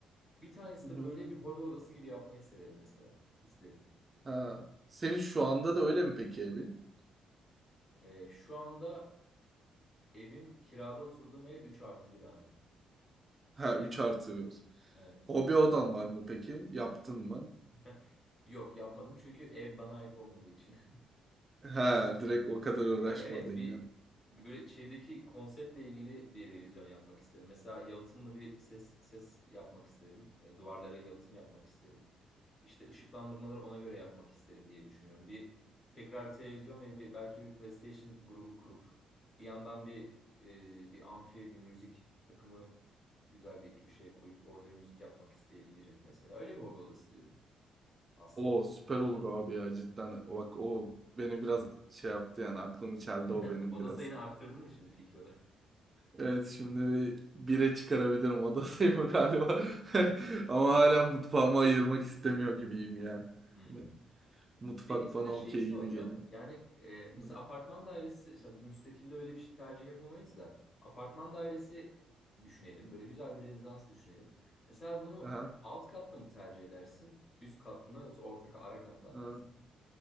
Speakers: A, on the left; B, on the right.
A: Bir tanesi
B: hı
A: de
B: hı.
A: böyle bir hobi odası gibi yapmayı severim mesela. İsterim.
B: Ha. Senin şu anda da öyle mi peki evin?
A: Ee, şu anda evim kirada oturduğum ev 3 artı bir abi.
B: Ha 3 artı bir olsun.
A: Evet.
B: Hobi odan var mı peki? Yaptın mı?
A: <laughs> Yok yapmadım çünkü ev bana ait olmadığı için.
B: Ha direkt o kadar uğraşmadın
A: Yani evet bir
B: ya.
A: böyle içerideki konseptle ilgili bir revizyon yapmak isterim. Mesela yalıtımlı bir ses ses yapmak isterim. E, duvarları yalıtım yapmak isterim. İşte ışıklandırmaları ona göre yapmak isterim diye düşünüyorum. Bir tekrar bir televizyon ve bir, belki bir PlayStation grubu kurup bir yandan bir e, bir amfi bir müzik takımı güzel bir köşeye koyup orada bir müzik yapmak isteyebilirim mesela. Öyle bir hobi odası diyorum aslında.
B: O süper olur abi ya cidden. Bak o beni biraz şey yaptı yani aklımı çeldi
A: <laughs>
B: o benim
A: Oda
B: biraz.
A: sayını arttırdın mı şimdi fikir olarak?
B: Evet şimdi bir bire çıkarabilirim <laughs> oda sayımı galiba. <laughs> Ama hala mutfağımı ayırmak istemiyor gibiyim ya.
A: <laughs> Hmm.
B: Hani Mutfak
A: Peki sana
B: bana
A: şeyi
B: okey
A: soracağım.
B: gibi geliyor.
A: Yani e, mesela
B: Hı.
A: apartman dairesi, işte müstakilde öyle bir şey tercih yapamayız da apartman dairesi düşünelim. Böyle güzel bir rezidans düşünelim. Mesela bunu
B: Aha.
A: alt katta mı tercih edersin? Üst kat mı yoksa orta ka- ara katlar
B: aha.
A: mı mesela?